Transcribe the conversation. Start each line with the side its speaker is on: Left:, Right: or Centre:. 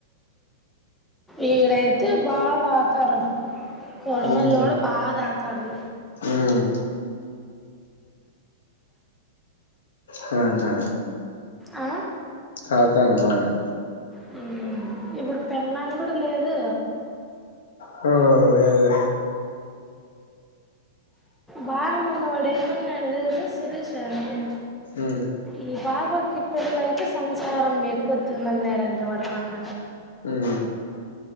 Centre: ఇడయితే బాగా తాగతారు కొడిమెళ్ళోడు
Left: ఉమ్
Centre: బాగా తా తడు
Left: ఉమ్ తాగుతాడు
Centre: ఆ
Left: తాగుతాడు బాగా
Centre: హ్మ్ ఇప్పుడు పెడ్లాంగుడు లేదు
Left: హ్మ్ లేదు
Centre: బాగామల్ల వాడేమన్నాడు తెలుసా శిరీష ని
Left: ఉమ్
Centre: ఈ పాపకి పెల్లయితే సంసారం ఎక్కుతుందన్నాడంట వాడు మన్న
Left: ఉమ్